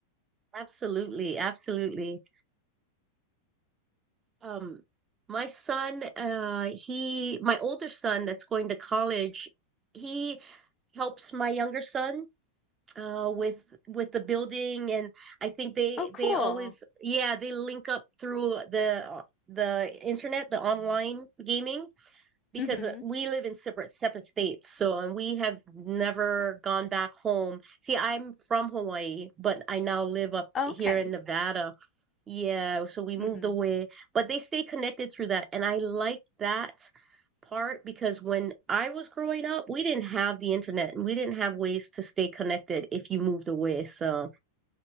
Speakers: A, on the right; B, on the left.
A: Absolutely, absolutely. Um, my son, uh, he, my older son that's going to college, he helps my younger son uh, with with the building, and I think they
B: Oh, cool.
A: they always, yeah, they link up through the the internet, the online gaming, because
B: Mm-hmm.
A: uh, we live in separate separate states, so and we have never gone back home. See, I'm from Hawaii, but I now live up
B: Oh,
A: here
B: okay.
A: in Nevada. Yeah, so we moved
B: Mm-hmm.
A: away, but they stay connected through that. And I like that part because when I was growing up, we didn't have the internet and we didn't have ways to stay connected if you moved away. So,